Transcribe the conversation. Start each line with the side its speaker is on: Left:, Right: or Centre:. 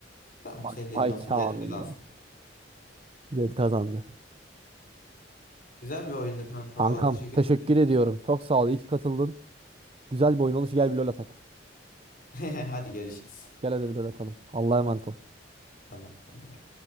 Left: Tamam
Right: Vay,
Left: senin dediğin
Right: vay
Left: olsun
Right: Kamil
Left: Zed kazansın.
Right: vay. Zed kazandı.
Left: Güzel bir oyundu kanka.
Right: Kankam
Left: Valla teşekkür
Right: teşekkür
Left: ederim.
Right: ediyorum. Çok sağ ol. İyi ki katıldın. Güzel bir oyun olmuş. Gel bir lol atak.
Left: <laughs> Hadi görüşürüz.
Right: Gel hadi bir lol atalım. Allah'a emanet ol.
Left: Tamam hadi ya.